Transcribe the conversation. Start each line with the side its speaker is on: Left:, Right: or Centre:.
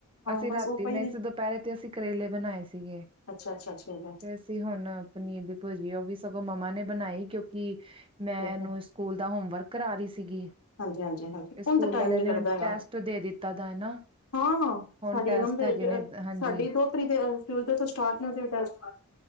Right: ਅਸੀਂ
Left: ਬਸ
Right: ਰਾਤੀ
Left: ਉਹ ਪਈ
Right: ਨਹੀਂ
Left: ਨੇ
Right: ਸੀ ਦੁਪਹਿਰੇ ਤੇ ਅਸੀਂ ਕਰੇਲੇ ਬਣਾਏ ਸੀਗੇ।
Left: ਅੱਛਾ ਅੱਛਾ ਠੀਕ ਹੈ
Right: ਤੇ ਅਸੀਂ ਹੁਣ ਪਨੀਰ ਦੀ ਭੁਜੀ ਉਹ ਵੀ ਸਗੋਂ ਮੰਮਾ ਨੇ ਬਣਾਈ। ਕਿਉਂਕਿ
Left: ਠੀਕ
Right: ਮੈਂ ਇਹਨੂੰ
Left: ਹੈ
Right: ਸਕੂਲ ਦਾ ਹੋਮਵਰਕ ਕਰਾ ਰਹੀ ਸੀਗੀ
Left: ਹਾਂਜੀ ਹਾਂਜੀ ਹਾਂਜੀ
Right: ਸਕੂਲ
Left: ਹੁਣ ਤਾਂ ਟਾਈਮ
Right: ਵਾਲੇ
Left: ਨੀ
Right: ਨੇੁ
Left: ਲੱਗਦਾ ਹੈਗਾ
Right: ਟੈਸਟ ਦੇ ਦਿੱਤਾ ਹੈ ਨਾ
Left: ਹਾਂ ਹਾਂ
Right: ਹੁਣ
Left: ਸਾਡੀ
Right: ਟੈਸਟ
Left: ਇਕਦਮ ਦੇ
Right: ਹੈਗੇ ਨੇ ਹਾਂਜੀ।
Left: ਸਾਡੀ ਦੋ ਤਾਰੀਕ ਟਿਊਜ਼ਡੇ ਤੋਂ ਸਟਾਰਟ ਨੇ ਇਹਦੇ ਟੈਸਟ। <unintelligible>